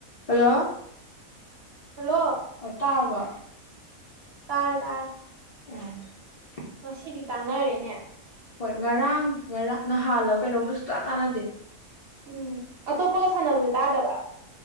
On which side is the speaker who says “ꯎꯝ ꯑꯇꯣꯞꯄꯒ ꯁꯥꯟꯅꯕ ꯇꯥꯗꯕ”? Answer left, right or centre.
Right